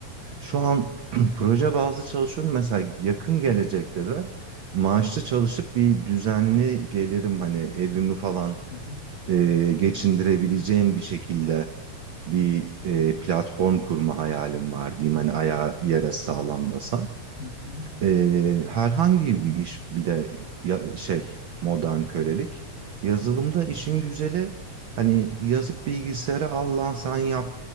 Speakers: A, on the right; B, on the left.
A: Şu an <clears throat> proje bazlı çalışıyorum. Mesela yakın gelecekte de maaşlı çalışıp bir düzenli gelirim hani evimi falan
B: Hı hı,
A: e, geçindirebileceğim bir şekilde bir e, platform kurma hayalim var diyeyim hani ayağı yere sağlam basan.
B: hı hı,
A: Ee, herhangi bir iş bile ya, şey modern kölelik. Yazılımda işin güzeli hani yazıp bilgisayara al lan sen yap